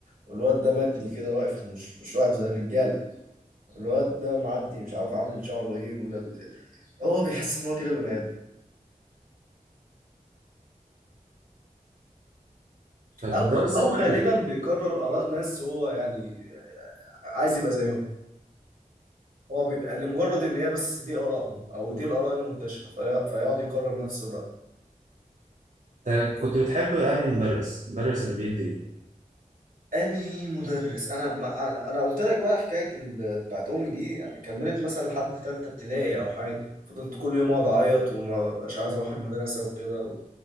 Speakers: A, on the right; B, on the right.
A: والواد ده متني كده واقف مش مش واقف زي الرجالة الواد ده معدي مش عارف عامل شعره إيه ولا هو بيحس إن هو كده بني آدم
B: طب
A: أو
B: ده بسبب
A: أو غالبا
B: إيه؟
A: بيكرر آراء ناس هو يعني عايز يبقى زيهم هو بيبقى لمجرد ان هي بس دي ارائهم او دي الاراء المنتشره في- فيقعد يكرر نفس الراي
B: أنت كنت بتحب أنهي مدرس؟ المدرس اللي بيدي إيه؟
A: انهي مدرس انا ما انا أنا قلت لك بقى حكايه ال- بتاعت امي دي يعني كملت مثلا لحد ثالثه ابتدائي او حاجه فضلت كل يوم اقعد اعيط وما بقاش عايز اروح المدرسه وكده و...